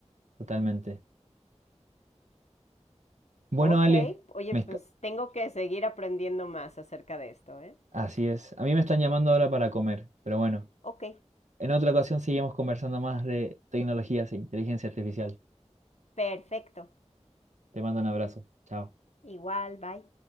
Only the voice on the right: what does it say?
totalmente. Bueno,
Ale,
me
está-
así es. A mí me están llamando ahora para comer, pero bueno,
en otra ocasión seguimos conversando más de tecnologías e inteligencia artificial.
Te mando un abrazo. Chao.